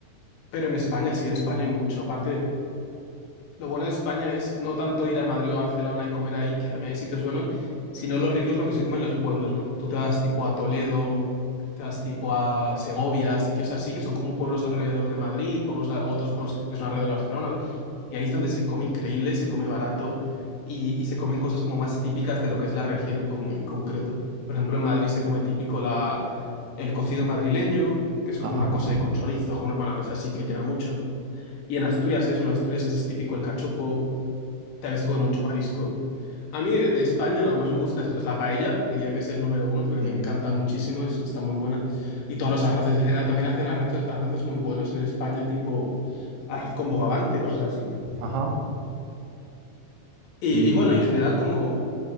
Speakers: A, on the left (about 65°); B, on the right (about 80°).
A: Pero en España, sí, en España hay mucho. Aparte, lo bueno de España es no tanto ir a Madrid o a Barcelona y comer ahí, que también hay sitios buenos, sino lo rico es lo que se come en los pueblos, ¿no? Tú te vas tipo a Toledo, te vas tipo a Segovia, sitios así, que son como pueblos alrededor de Madrid, pueblos a- otros pueblos que son alrededor de Barcelona. ¿no? Y ahí es donde se come increíble, se come barato y, y se comen cosas como más típicas de lo que es la región en, con- en concreto. Por ejemplo, en Madrid se come típico la, el cocido madrileño, que es
B: Ajá,
A: como una cosa ahí con chorizo, con, una, bueno, es así que llena mucho. Y en Asturias es, en Asturias es típico el cachopo, también se come mucho marisco. A mí de, de España lo que más me gusta es, es la paella, diría que es el número uno porque
B: Sí.
A: me encanta muchísimo, es- está muy buena. Y todos los arroces en general, también hacen arroces, arroces muy buenos en España, tipo arroz con bogavante, cosas así.
B: ajá.
A: Y,
B: Y
A: y bueno, y en general como...